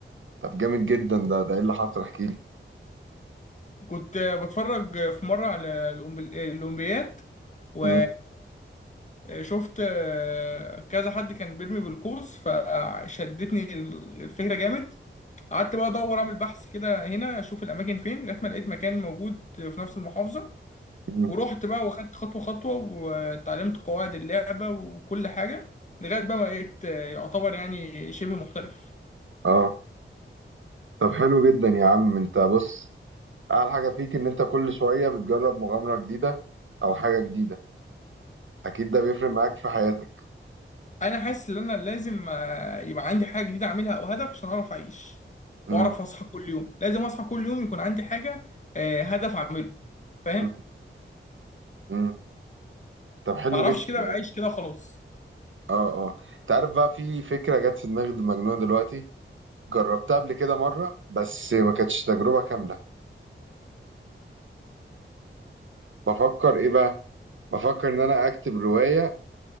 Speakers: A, on the right; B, on the left.
A: طب جامد جدا ده ده ايه اللي حصل احكي لي
B: كنت بتفرج في مرة على الأولمبي- الأولمبياد و
A: م-
B: شفت كذا حد كان بيرمي بالقوس فشدتني الفكرة جامد قعدت بقى أدور أعمل بحث كده هنا أشوف الأماكن فين لغاية ما لقيت مكان موجود في نفس المحافظة
A: م-
B: ورحت بقى واخدت خطوة خطوة واتعلمت قواعد اللعبة وكل حاجة لغاية بقى ما بقيت يعتبر يعني شبه محترف
A: اه طب حلو جدا يا عم انت بص اعلى حاجه فيك ان انت كل شويه بتجرب مغامره جديده او حاجه جديده اكيد ده بيفرق معاك في حياتك
B: انا حاسس ان انا لازم آه، يبقى عندي حاجه جديده اعملها او هدف عشان اعرف اعيش
A: امم
B: واعرف اصحى كل يوم لازم اصحى كل يوم يكون عندي حاجه آه، هدف اعمله فاهم
A: امم إمم. طب حلو
B: ما اعرفش
A: جدا
B: كده
A: يعني
B: بعيش كده خلاص
A: اه اه انت عارف بقى في فكره جت في دماغي مجنونه دلوقتي جربتها قبل كده مره بس ما كانتش تجربه كامله بفكر ايه بقى بفكر ان انا اكتب روايه